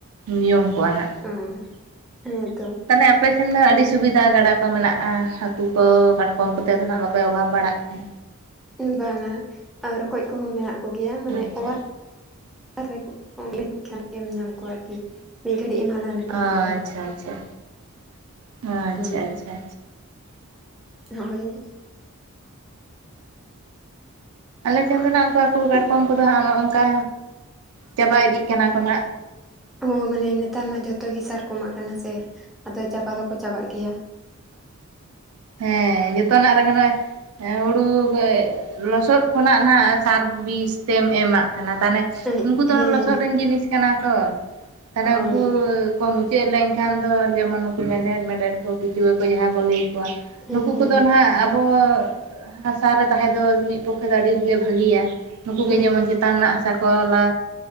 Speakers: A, on the right; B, in the centre.
A: ᱧᱚᱢ ᱠᱚᱣᱟ ᱱᱷᱟᱜ!
B: ᱚᱸ, ᱦᱮᱸᱛᱚ᱾
A: ᱛᱟᱱᱮ ᱟᱯᱮ ᱥᱮᱱ ᱫᱚ ᱟᱹᱰᱤ ᱥᱩᱵᱤᱫᱟ ᱜᱟᱰᱟ ᱠᱚ ᱢᱮᱱᱟᱜᱼᱟᱸ, ᱦᱟᱹᱠᱩ ᱠᱚ, ᱠᱟᱴᱠᱚᱢ ᱠᱚᱛᱮ ᱫᱚ ᱱᱷᱟᱜ ᱵᱟᱯ- -ᱯᱮ ᱚᱵᱷᱟᱵ ᱵᱟᱲᱟᱜ ᱠᱟᱱᱟ᱾
B: ᱩᱸ ᱵᱟᱝᱟ, ᱟ ᱨᱚᱠᱚᱡ ᱠᱚᱦᱚᱸ ᱢᱮᱱᱟᱜ ᱠᱚᱜᱮᱭᱟ, ᱢᱟᱱᱮ
A: ᱟᱪᱪᱷᱟ
B: ᱚᱣᱟ ᱨᱮᱠᱚ ᱠᱚᱢ ᱞᱮᱠᱷᱟᱱ ᱮᱢ ᱧᱟᱢ ᱠᱚᱣᱟ ᱠᱤ ᱢᱤᱫ ᱜᱷᱟᱹᱲᱤᱡ ᱮᱢ ᱦᱟᱞᱟᱝ ᱞᱮᱠᱚ
A: ᱟᱪᱪᱷᱟ
B: ᱠᱷᱟᱱ ᱜᱮ
A: ᱪᱷᱟ ᱪᱷᱟ ᱟᱪᱪᱷᱟ
B: ᱦᱮᱸ
A: ᱪᱷᱟ᱾
B: ᱦᱳᱭ᱾
A: ᱟᱞᱮ ᱴᱷᱮᱱ ᱫᱚ ᱱᱟᱸᱜ ᱦᱟᱠᱩ ᱠᱟᱲᱠᱚᱢ ᱠᱚᱫᱚ ᱦᱟᱸᱜ ᱚᱱᱝᱠᱟ ᱪᱟᱵᱟ ᱤᱫᱤᱜ ᱠᱟᱱᱟ ᱠᱚ ᱱᱟᱦᱟᱸᱜ᱾
B: ᱳ ᱢᱟᱱᱮ ᱱᱮᱛᱟᱨ ᱢᱟ ᱡᱷᱚᱛᱚ ᱜᱮ ᱥᱟᱨ ᱠᱚ ᱮᱢᱟᱜ ᱠᱟᱱᱟ ᱥᱮ ᱟᱫᱚ ᱪᱟᱵᱟ ᱫᱚᱠᱚ ᱪᱟᱵᱟᱜ ᱜᱮᱭᱟ᱾
A: ᱦᱮᱸ ᱡᱷᱚᱛᱚᱱᱟᱜ ᱨᱮᱜᱮ ᱚᱱᱮ ᱮᱸ ᱦᱩᱲᱩ ᱜᱚᱡ ᱞᱚᱥᱚᱫ ᱠᱷᱚᱱᱟᱜ ᱱᱟᱦᱟᱸᱜ ᱥᱟᱨ ᱵᱤᱥ ᱛᱮᱢ ᱮᱢᱟᱜ ᱠᱟᱱᱟ ᱛᱟᱦᱱᱮ
B: ᱦᱮᱸ
A: ᱩᱝᱠᱩ ᱫᱚ
B: ᱦᱮᱸ
A: ᱞᱚᱥᱚᱫ ᱨᱮᱱ ᱡᱤᱱᱤᱥ ᱠᱟᱱᱟ ᱠᱚ ᱛᱟᱦᱱᱮ
B: ᱦᱳᱭ
A: ᱩᱱᱠᱩ ᱠᱚᱢ ᱪᱮᱫ ᱞᱮᱱᱠᱷᱟᱱ ᱫᱚ ᱡᱮᱢᱚᱱ ᱱᱩᱠᱩ ᱢᱮᱰᱦᱮᱫ ᱢᱮᱸᱰᱮᱫ ᱠᱚ ᱠᱤᱪᱩᱣᱟᱹ ᱠᱚ ᱡᱟᱦᱟᱸᱭ ᱵᱚ ᱞᱟᱹᱭ ᱠᱚᱣᱟ
B: ᱦᱮᱸ
A: ᱱᱩᱠᱩ
B: ᱦᱮᱸ
A: ᱠᱚᱫᱚ ᱱᱟᱦᱟᱸᱜ ᱟᱵᱚ ᱦᱟᱥᱟᱨᱮ ᱛᱟᱦᱮᱸ ᱫᱚ ᱢᱤᱫ ᱯᱚᱠᱠᱷᱮ ᱫᱚ ᱟᱹᱰᱤᱜᱮ ᱵᱷᱟᱹᱜᱤᱭᱟ᱾ ᱱᱩᱠᱩᱜᱮ
B: ᱦᱮᱸ
A: ᱡᱮᱢᱚᱱ
B: ᱦᱮᱸ
A: ᱪᱮᱛᱟᱱ ᱨᱮᱱᱟᱜ ᱦᱟᱥᱟ ᱠᱚ ᱞᱟ